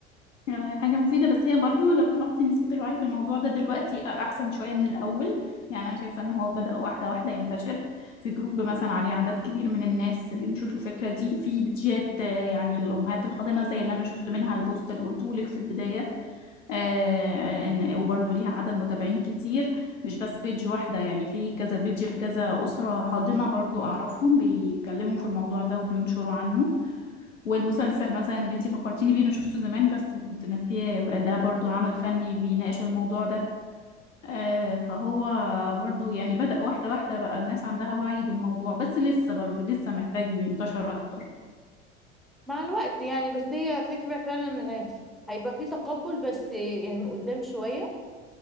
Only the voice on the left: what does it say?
آه، حاجة مفيدة بس هي برضو لو تلاحظي نسبة الوعي بالموضوع ده دلوقتي أحسن شوية من الأول يعني أنا شايفة إن هو بدأ واحدة واحدة ينتشر في جروب مثلا عليه عدد كبير من الناس بينشر الفكرة دي في بيدجات آه، يعني الأمهات الحاضنة زي اللي أنا شفت منها البوست اللي قلته لك في البداية آه، إن وبرضو ليها عدد متابعين كتير مش بس بيدج واحدة يعني في كذا بيدج لكذا أسرة حاضنة برضو أعرفهم بيتكلموا في الموضوع ده وبينشروا عنه والمسلسل مثلا اللي انتي فكرتيني بيه انا شفته زمان بس كنت ناسياه ده برضو عمل فني بيناقش الموضوع ده آه، فهو برضو يعني بدأ واحدة واحدة بقى الناس عندها وعي بالموضوع بس لسه برضو لسه محتاج ينتشر اكتر